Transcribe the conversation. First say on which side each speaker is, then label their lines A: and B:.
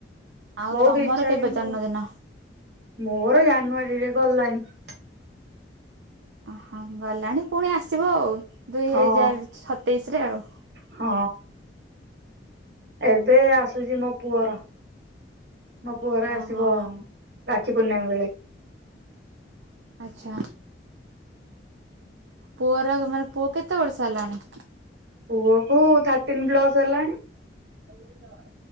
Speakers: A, on the right; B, on the right.
A: ଆଉ
B: ବହୁତ
A: ତମର
B: ଇଚ୍ଛା
A: କେବେ
B: କିନ୍ତୁ
A: ଜନ୍ମଦିନ?
B: ମୋର ଜାନୁଆରୀରେ ଗଲାଣିି।
A: ଓହ ଗଲାଣି ପୁଣି ଆସିବ ଆଉ ଦୁଇ
B: ହଁ
A: ହଜାର ସତେଇଶରେ ଆଉ
B: ହଁ। ଏବେ ଆସୁଛି ମୋ ପୁଅର ମୋ ପୁଅର
A: ଓହୋ
B: ଆସିବ ରାକ୍ଷୀ ପୂର୍ଣ୍ଣିମା ବେଳେ
A: ଆଚ୍ଛା। ପୁଅର ମାନେ ପୁଅ କେତେ ବର୍ଷ ହେଲାଣି?
B: ପୁଅକୁ ଥାର୍ଟିନ୍ ପ୍ଲସ ହେଲାଣି।
A: <inaudible>